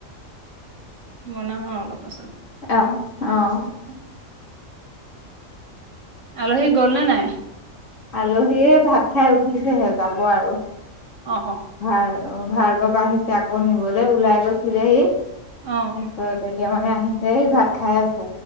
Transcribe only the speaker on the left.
অ', অ',
আলহিয়ে ভাত খাই উঠিছেহে, যাব আৰু।
ভা-ভাৰ্গৱ আহিছে আকৌ। নিবলৈ ওলাই গৈছিলেহি।
<inaudible> এতিয়া মানে আহিছে, এই ভাত খাই আছে।